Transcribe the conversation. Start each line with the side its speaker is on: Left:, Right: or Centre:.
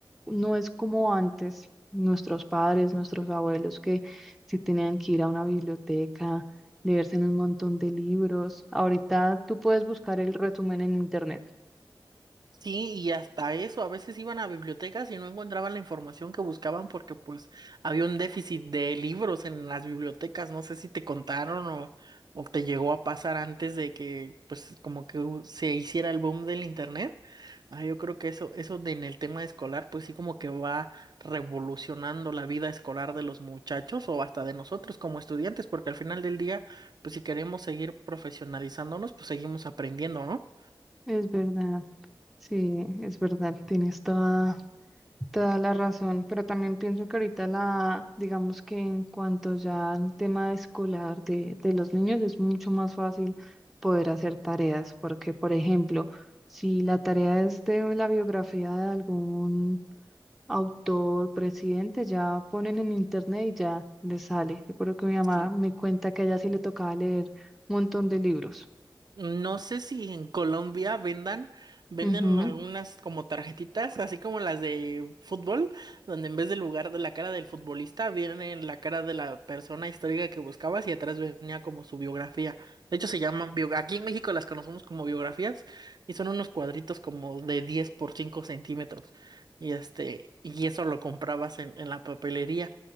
Centre: no es como antes, nuestros padres, nuestros abuelos que si tenían que ir a una biblioteca leerse en un montón de libros. Ahorita tú puedes buscar el resumen en internet.
Right: Sí, y hasta eso, a veces iban a bibliotecas y no encontraban la información que buscaban porque pues había un déficit de libros en las bibliotecas, no sé si te contaron o, o te llegó a pasar antes de que pues como que hu- se hiciera el boom del internet. Ah, yo creo que eso, eso de en el tema escolar pues sí como que va revolucionando la vida escolar de los muchachos o hasta de nosotros como estudiantes, porque al final del día pues si queremos seguir profesionalizándonos pues seguimos aprendiendo, ¿no?
Centre: Es verdad, sí, es verdad, tienes toda, toda la razón, pero también pienso que ahorita la, digamos que en cuanto ya al tema escolar de, de los niños es mucho más fácil poder hacer tareas, porque por ejemplo, si la tarea es de la biografía de algún autor, presidente, ya ponen en internet y ya les sale. Recuerdo que mi mamá
Right: Sí.
Centre: me cuenta que a ella sí le tocaba leer un montón de libros.
Right: No sé si en Colombia vendan, venden
Centre: Ujú,
Right: algunas como tarjetitas, así como las de fútbol, donde en vez del lugar de la cara del futbolista viene la cara de la persona histórica que buscabas y atrás venía como su biografía. De hecho se llaman bio- aquí en México las conocemos como biografías y son unos cuadritos como de 10 por 5 centímetros. Y este, y eso lo comprabas en, en la papelería.